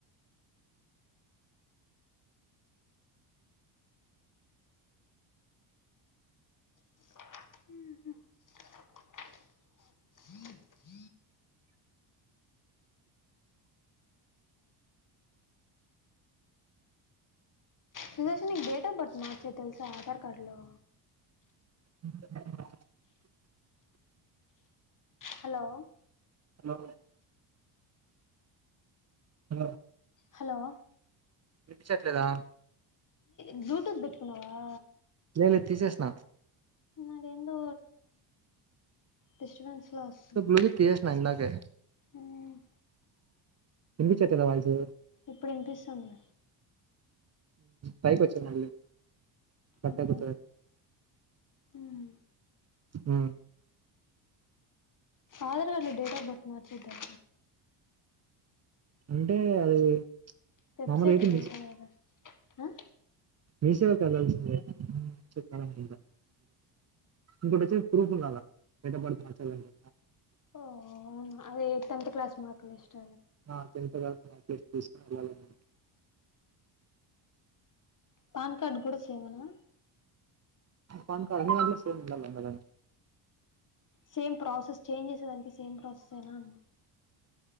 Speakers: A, on the left; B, on the right.
A: ఉహూ సుదర్శన్ నీకు డేట్ ఆఫ్ బర్త్ మార్చేది తెలుసా ఆధార్ కార్డు లో
B: <unintelligible>
A: హలో
B: హలో అ
A: హలో
B: వినిపించట్లేదా
A: బ్లూటూత్ పెటుకున్నావా
B: సరే తీసేస్త
A: మరేందో డిస్టబెన్స్ ల వస్తుంది
B: బ్లూటూత్ తీసేసిన ఇందాకే
A: ఉమ్
B: వినిపించట్లేదా వాయిస్
A: ఇప్పుడు వినిపిస్తుంది
B: పైకి వచ్చ మళ్ళీ కట్
A: ఓకే
B: అయిపోతది.
A: ఉమ్
B: హ్మ్.
A: ఆధార్ కార్డు లో డేట్ ఆఫ్ బర్త్ మార్చేద్దాం
B: అంటే అది
A: వెబ్సైట్
B: మామూలుగా అయితే
A: ఉంటాది కదా ఆ
B: మీసేవ కి వెళ్లాల్సింది చెప్తారు అనుకుంటా ఇంకోటి వచ్చి ప్రూఫ్ ఉండాలా డేట్ అఫ్ బర్త్ మార్చాలి అంటే
A: ఓ అవును అదే టెంత్ క్లాస్ మార్కుల లిస్టు
B: ఆ టెన్త్ క్లాస్ మార్క్ లిస్టు తీసుకుని వెలాల
A: పాన్ కార్డ్ కూడా సేమ్ నా
B: పాన్ కార్డు అన్నిట్లో సేమ్ ఉండాల మేడం
A: సేమ్ ప్రాసెస్ చేంజ్ చేసేదానికి సేమ్ ప్రాసెస్ ఏనా అన్నా